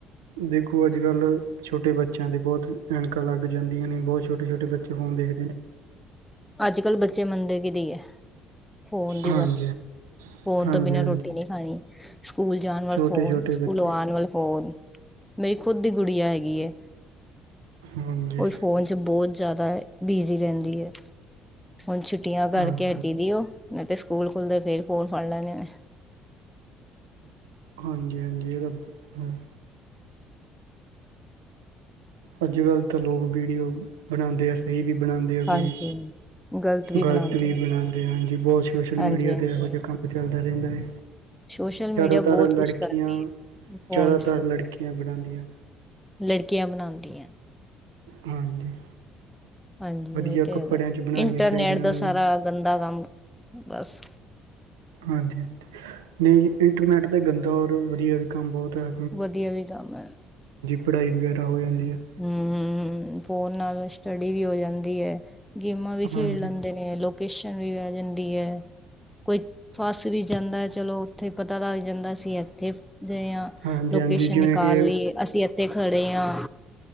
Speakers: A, on the right; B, in the centre.
A: ਦੇਖੋ ਅੱਜ ਕੱਲ੍ਹ ਛੋਟੇ ਬੱਚਿਆਂ ਦੇ ਬਹੁਤ ਐਨਕਾਂ ਲੱਗ ਜਾਂਦੀਆਂ ਨੇ ਬੋ, ਛੋਟੇ ਛੋਟੇ ਬੱਚੇ ਫੋਨ ਦੇਖਦੇ ਨੇ।
B: ਅੱਜ ਕੱਲ ਬੱਚੇ ਮੰਨਦੇ ਕੀਦੀ ਐ ਫੋਨ ਦੀ
A: ਹਾਂਜੀ
B: ਬਸ ਫੋਨ
A: ਹਾਂਜੀ
B: ਤੋਂ ਬਿਨਾਂ
A: ਹਾਂਜੀ
B: ਰੋਟੀ ਨੀ, ਣੀ ਸਕੂਲ ਜਾਣ ਵਾਲੇ
A: ਛੋਟੇ
B: ਫ਼ੋਨ
A: ਛੋਟੇ
B: ਸਕੂਲ
A: ਬੱਚੇ
B: ਆਣ ਵਾਲੇ ਫੋਨ। ਮੇਰੀ ਖੁਦ ਦੀ ਗੁੜੀਆਂ ਹੈਗੀ ਐ।
A: ਹਾਂਜੀ
B: ਓ ਵੀ ਫੋਨ ਚ ਬਹੁਤ ਜ਼ਿਆਦਾ ਬਿਜ਼ੀ ਰਹਿੰਦੀ ਐ। ਹੁਣ ਛੁੱਟੀਆਂ ਕਰਕੇ
A: ਹਾਂਜੀ
B: ਹਟੀ ਦੀ ਓ ਨਹੀਂ ਤੇ ਸਕੂਲ ਖੁੱਲਦੇ ਫੇਰ ਫੋਨ ਫੜ ਲੈਣੇ ਨੇ।
A: ਹਾਂਜੀ ਹਾਂਜੀ ਇਹਦਾ ਹੂੰ, ਅੱਜ ਕੱਲ੍ਹ ਤਾਂ ਲੋਕ ਵੀਡੀਓ ਬਣਾਂਦੇ ਆ ਸਹੀ ਵੀ ਬਣਾਂਦੇ ਆ
B: ਹਾਂਜੀ
A: ਕਈ।
B: ਗਲਤ ਬਣਾਉਂਦੇ
A: ਗ਼ਲਤ ਵੀ
B: ਆ
A: ਬਣਾਂਦੇ ਹਾਂਜੀ ਬਹੁਤ ਸੋਸ਼ਲ
B: ਹਾਂਜੀ
A: ਮੀਡੀਆ
B: ਹਾਂਜੀ
A: ਤੇ ਇਹੋ ਜਾ ਕੰਮ ਚੱਲਦਾ ਰਹਿੰਦਾ ਐ।
B: ਸੋਸ਼ਲ ਮੀਡੀਆ
A: ਜ਼ਿਆਦਾਤਰ
B: ਬਹੁਤ
A: ਲੜਕੀਆਂ
B: ਕੁਛ ਕਰਦੀ ਹੈ ਫੋਨ
A: ਜ਼ਿਆਦਾਤਰ
B: 'ਚ
A: ਲੜਕੀਆਂ ਬਣਾਂਦੀਆਂ।
B: ਲੜਕੀਆਂ ਬਣਾਂਦੀਆਂ।
A: ਹਾਂਜੀ।
B: ਹਾਂਜੀ
A: ਵਧੀਆ
B: ਇਹ ਤੇ
A: ਕੱਪੜਿਆਂ
B: ਹੈਗਾ
A: 'ਚ ਬਣਾਉਣੀਆਂ
B: ਇੰਟਰਨੈਟ
A: ਚਾਹੀਦੀਆਂ
B: ਦਾ
A: ਉਹਨਾਂ ਨੂੰ
B: ਸਾਰਾ ਗੰਦਾ ਕੰਮ ਬਸ।
A: ਹਾਂਜੀ ਨਹੀਂ ਇੰਟਰਨੈੱਟ ਤੇ ਗੰਦਾ ਔਰ ਵਧੀਆ ਵੀ ਕੰਮ ਬਹੁਤ ਐ।
B: ਵਧੀਆ ਵੀ ਕੰਮ ਐ
A: ਪੜ੍ਹਾਈ ਵਗੈਰਾ ਹੋ ਜਾਂਦੀ ਹੈ
B: ਹੂੰ। ਫੋਨ ਨਾਲ ਸਟੱਡੀ ਵੀ ਹੋ ਜਾਂਦੀ ਐ ਗੇਮਾਂ ਵੀ
A: ਹਾਂਜੀ
B: ਖੇਡ ਲੈਂਦੇ ਨੇ। ਲੋਕੇਸ਼ਨ ਵੀ ਵਹਿ ਜਾਂਦੀ ਐ। ਕੋਈ ਫਸ ਵੀ ਜਾਂਦਾ ਐ ਚਲੋ ਉੱਥੇ ਪਤਾ ਲੱਗ ਜਾਂਦਾ ਅ ਇੱਥੇ ਗਏ ਆ।
A: ਹਾਂਜੀ
B: ਲੋਕੇਸ਼ਨ
A: ਹਾਂਜੀ ਜਿਵੇਂ
B: ਨਿਕਾਲ
A: ਕਿ
B: ਲੀ ਅਸੀਂ ਇੱਥੇ ਖੜੇ ਆ।